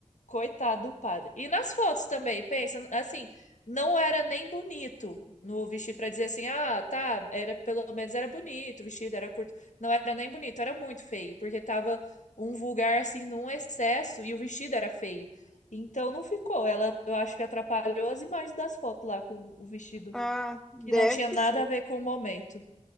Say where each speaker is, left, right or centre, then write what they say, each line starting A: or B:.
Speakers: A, on the left (about 70°); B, in the centre.
A: coitado do padre. E nas fotos também, pensa, assim, não era nem bonito no vestido pra dizer assim, ah, tá, era pelo menos era bonito, o vestido era curto. Não era nem bonito, era muito feio, porque tava um vulgar assim num excesso e o vestido era feio. Então não ficou. Ela, eu acho que atrapalhou as imagens das fotos lá com o vestido,
B: Ah, deve
A: que não tinha
B: que
A: nada
B: sim,
A: a ver com o momento.